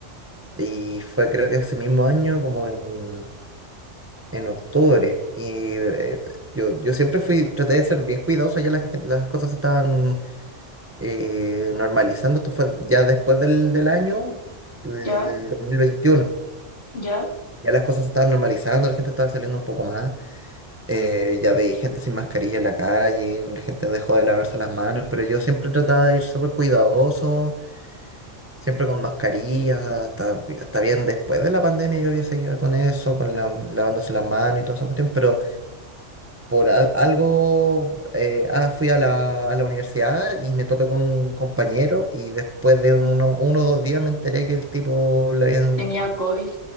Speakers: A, on the right (about 15°); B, on the left (about 55°).
A: y fue creo que ese mismo año como en, en octubre y eh, yo, yo siempre fui, traté de ser bien cuidadoso, ya las, gen- las cosas se estaban eh, normalizando, esto fue ya después del, del año, el
B: Ya,
A: dos mil veintiuno
B: ya,
A: ya las cosas se estaban normalizando, la gente estaba saliendo un poco más. Eh, ya veis gente sin mascarilla en la calle, la gente dejó de lavarse las manos, pero yo siempre trataba de ir súper cuidadoso, siempre con mascarilla, hasta, hasta bien después de la pandemia yo había seguido con eso, con la- lavándose las manos y toda esa cuestión, pero por al- algo eh, ah, fui a la, a la universidad y me topé con un compañero y después de uno, uno o dos días me enteré que el tipo le habían,
B: tenía COVID.